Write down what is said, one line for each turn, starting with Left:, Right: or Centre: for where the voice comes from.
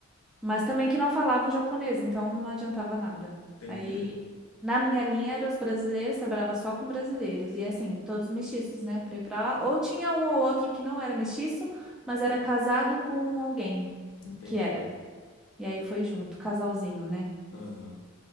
Centre: mas também que não falavam japonês, então não adiantava nada.
Left: entendi,
Centre: Aí, na minha linha, eram os brasileiros, trabalhava só com brasileiros, e assim, todos mestiços, né, pra ir pra lá. Ou tinha um ou outro que não era mestiço, mas era casado com alguém
Left: entendi.
Centre: que era. E aí foi junto, casalzinho, né?
Left: Aham.